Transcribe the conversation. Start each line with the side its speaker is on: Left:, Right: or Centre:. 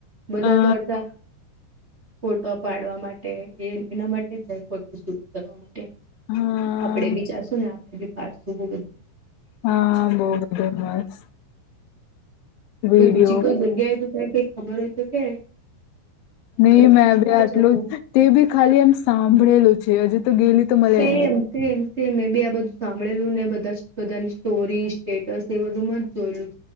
Right: બધા
Left: અ
Right: તો અડધા ફોટો પાડવા માટે એ એના માટે જ જાય ફોટો શૂટ કરવા માટે
Left: હા
Right: આપણેે બી જાશું ને આપણેે બી પાડશું બ બધું
Left: હા બહુ બધું મસ્ત વિડીયો
Right: કોઈ બીજી કોઈ જગ્યા હોય તો તન કઈ ખબર હોય તો કે. આપડે
Left: નહી
Right: પછી
Left: મેં
Right: ત્યાં
Left: ભી આટલું
Right: જવું
Left: તે બી ખાલી એમ સાંભળેલું છે હજી તો ગેલી. તો
Right: સેમ.
Left: મળે નહી
Right: સેમ સેમ મે બી આ બધું સાંભળેલું ને બધા બધાની સ્ટોરી સ્ટેટસ એ બધું માં જ જોયેલું.